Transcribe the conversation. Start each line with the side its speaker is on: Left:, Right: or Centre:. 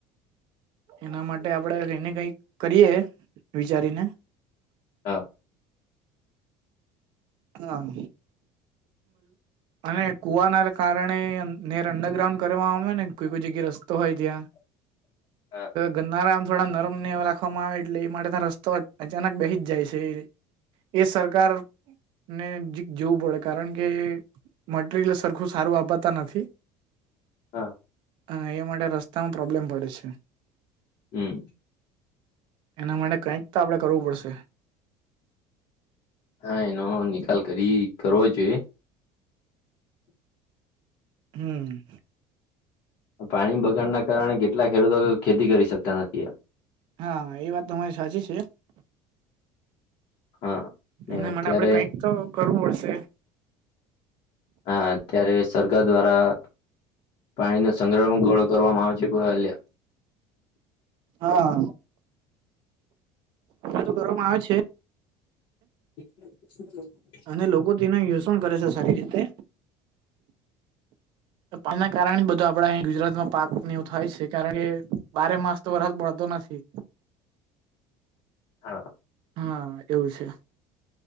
Right: એના માટે આપડે એને કઈ કરીએ વિચારીને
Left: હા.
Right: હા. અને કુવાના કારણે નેર અંડરગ્રાઉન્ડ કર આવે ને કોઈ બી જગ્યા રસ્તો હોય ત્યાં
Left: <inaudible>
Right: ગરનારા આમ થોડા નરમ ને એવા રાખવામાં આવે એટલે એ માટેના રસ્તો અચાનક બેહી જાય છે. એ સરકાર. ને જીક જેવું પડે કારણ કે મટરિયલ સરખું સારું વાપરતા નથી.
Left: હા.
Right: હ એ માટે રસ્તામાં પ્રોબ્લેમ પડે છે.
Left: હમ્મ.
Right: એના માટે કાઈક તો આપણે કરવું પડશે.
Left: હા એનો નિકાલ કરી કરવો જોઈએ.
Right: હમ્મ.
Left: પાણી બગાડના કારણે કેટલા ખેડૂતો ખેતી કરી શકતા નથી.
Right: હા એ વાત તમારી સાચી છે.
Left: હા. ને
Right: એના
Left: અત્યારે
Right: માટે આપડે કાંઈક તો કરવું પડશે.
Left: હા અત્યારે સરકાર દ્વારા પાણી નો સંગ્રહ ગળો કરવામાં આવે છે.
Right: હા. તો કરવામાં આવે છે
Left: <inaudible>
Right: અને લોકો તો એનો યુઝ પણ કરે છે સારી રીતે એના કારણે બધું આપડા અહીંયા ગુજરાતમાં પાક એવો થાય છે કારણ કે બારે માસ તો વરત પડતો નથી
Left: હા.
Right: હા એવું છે.